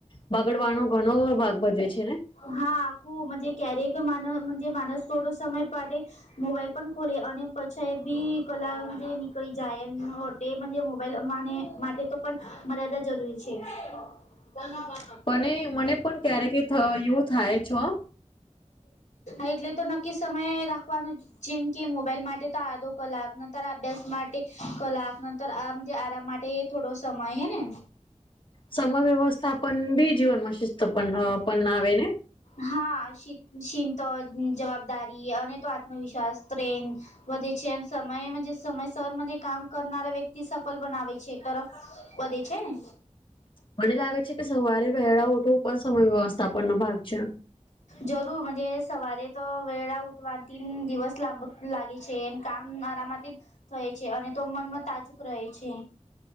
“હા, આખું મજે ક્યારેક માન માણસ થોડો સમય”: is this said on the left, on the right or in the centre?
Left